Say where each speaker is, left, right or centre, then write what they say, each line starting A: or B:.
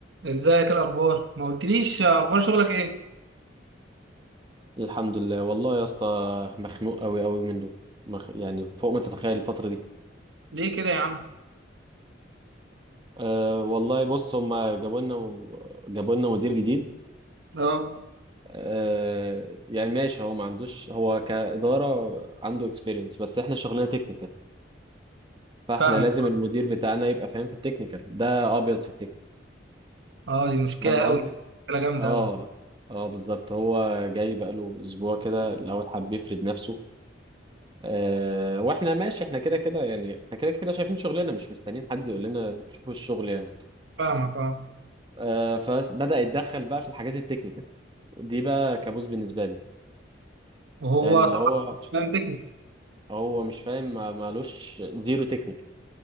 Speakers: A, on the right; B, on the right.
A: ازيك إيه الاخبار ما قلتليش اخبار شغلك ايه
B: الحمد لله والله يا اسطى مخنوق قوي قوي منه مخ... يعني فوق ما تتخيل الفترة دي
A: ليه كده يا عم
B: أه والله بص هما جابوا لنا جابوا لنا مدير جديد
A: اه
B: أه يعني ماشي هو ما عندوش هو كإدارة عنده اكسبيرينس بس احنا شغلنا تكنيكال فاحنا
A: فاهمك
B: لازم المدير بتاعنا يبقى فاهم في التكنيكال ده ابيض في التكنيكال
A: اه دي مشكله
B: فاهم قصدي
A: قوي مشكله جامده
B: اه
A: قوي
B: اه بالظبط هو جاي بقاله اسبوع كده الاول حب يفرد نفسه آه، واحنا ماشي احنا كده كده يعني احنا كده كده شايفين شغلنا مش مستنيين حد يقول لنا شوفوا الشغل يعني
A: فاهمك اه
B: آه، فبدأ يتدخل بقى في الحاجات التكنيكال ودي بقى كابوس بالنسبة لي
A: وهو
B: يعني اللي
A: طبعا
B: هو
A: مش فاهم تكنيك
B: هو مش فاهم ما- مالوش زيرو تكنيكال